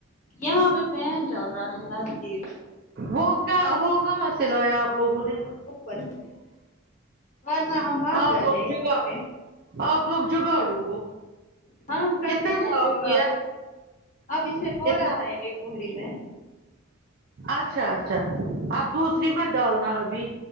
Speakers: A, on the left; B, on the right.
A: یہاں پہ فین چل رہا ہے نزدیک
B: وہ کہ وہ کہاں سے لایا آپ لوگوں نے
A: اوپر ورنہ ہم مار
B: آپ
A: جاتے
B: لوگ
A: ہیں
B: جگاڑ
A: وہاں پہ
B: آپ لوگ جگاڑو ہو
A: ہم کرتے
B: کتنا
A: ہیں
B: صاف
A: نا جوگاڑ
B: کیا
A: اب اس میں تھوڑا
B: کتنا
A: سا ہے ایڈٹ گھوری میں
B: اچھا اچھا اب دوسری مت ڈالنا ابھی